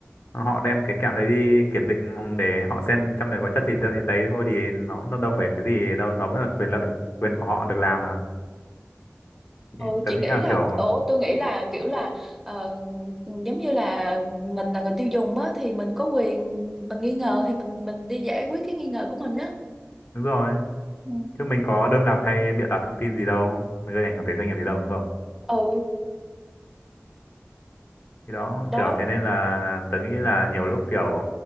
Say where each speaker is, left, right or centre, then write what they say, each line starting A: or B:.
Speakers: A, on the left; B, in the centre.
A: họ đem cái kẹo đấy đi kiểm định để họ xem trong đấy có chất gì thì- đấy thôi thì nó, nó đâu phải cái gì đâu nó vẫn là quyền lợi quyền của họ được làm mà Ý-
B: ừ
A: tớ
B: chị
A: nghĩ
B: nghĩ
A: là
B: là
A: kiểu
B: ồ tôi nghĩ là kiểu là ờ, giống như là mình là người tiêu dùng á thì mình có quyền mình nghi ngờ thì mình mình đi giải quyết cái nghi ngờ của mình á
A: đúng rồi
B: Ừ.
A: chứ mình có đơm đặt hay bịa đặt thông tin gì đâu gây ảnh hưởng tới doanh nghiệp gì đâu đúng không
B: ừ
A: thì đó
B: đó
A: kiểu thế nên là tớ nghĩ là nhiều lúc kiểu